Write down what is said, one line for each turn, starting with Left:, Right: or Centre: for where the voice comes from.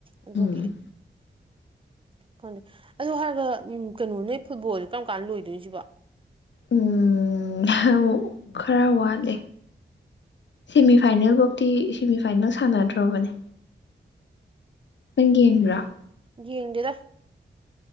Right: ꯑꯗꯨꯒꯤ
Left: ꯎꯝ
Right: ꯈꯪꯗꯦ ꯑꯗꯨ ꯍꯥꯏꯔꯒ ꯀꯩꯅꯣ ꯅꯣꯏ ꯐꯨꯠꯕꯣꯜꯁꯦ ꯀꯔꯝ ꯀꯥꯟꯗ ꯂꯣꯏꯗꯣꯏꯅꫭ ꯁꯤꯕꯣ
Left: ꯎꯝ ꯈꯔ ꯋꯥꯠꯂꯤ ꯁꯦꯃꯤꯐꯥꯏꯅꯦꯜ ꯐꯧꯇꯤ ꯁꯦꯃꯤꯐꯥꯏꯅꯦꯜ ꯁꯥꯟꯅꯗ꯭ꯔꫭꯕꯅꯦ ꯅꯪ ꯌꯦꯡꯕꯔꫭ
Right: ꯌꯦꯡꯗꯦꯗ